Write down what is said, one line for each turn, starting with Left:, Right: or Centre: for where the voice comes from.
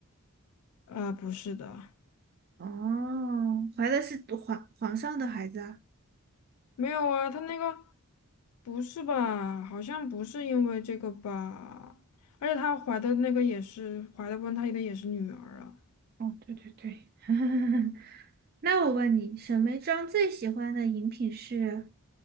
Left: 呃，不是的，
Right: 哦，怀的是皇皇上的孩子啊。
Left: 没有啊，他那个。不是吧？好像不是因为这个吧？而且她怀的那个也是怀的温她的也是女儿啊，
Right: 哦，对对对。<laughs> 那我问你，沈眉庄最喜欢的饮品是